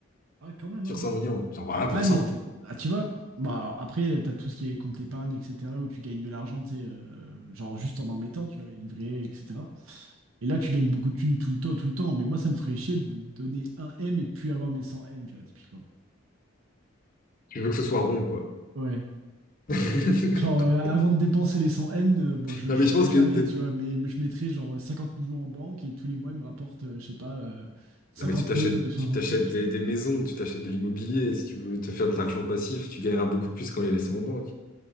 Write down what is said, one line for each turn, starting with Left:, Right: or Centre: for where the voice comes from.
Right: Ah, quand même,
Left: Sur
Right: hein.
Left: 100 millions, tu envoies un pour
Right: Ouais,
Left: cent
Right: mais t'es- ah, tu vois, bah, alors, après, t'as tout ce qui est compte épargne, etc., où tu gagnes de l'argent, tu sais, euh, genre juste en en mettant, tu vois, les livrets, etc. Et là, tu gagnes beaucoup de thunes tout le temps, tout le temps. Mais moi, ça me ferait chier de donner un M et de plus avoir mes 100 M, tu vois, typiquement.
Left: Tu veux que ce soit rond, quoi.
Right: Ouais.
Left: <laughs>
Right: Genre, euh, avant de dépenser les 100 M, euh, bon, je,
Left: Non,
Right: je
Left: mais je
Right: le ferai
Left: pense
Right: jamais,
Left: que... de-
Right: tu vois, mais, mais je mettrai genre 50 millions en banque et tous les mois, il me rapporte, euh, je sais pas, euh, 50
Left: Non, mais tu t'achètes,
Right: 000, euh, 60
Left: tu t'achètes
Right: 000, tu
Left: des,
Right: vois.
Left: des maisons, tu t'achètes de l'immobilier. Si tu veux te faire de l'argent passif, tu gagneras beaucoup plus qu'en les laissant en banque.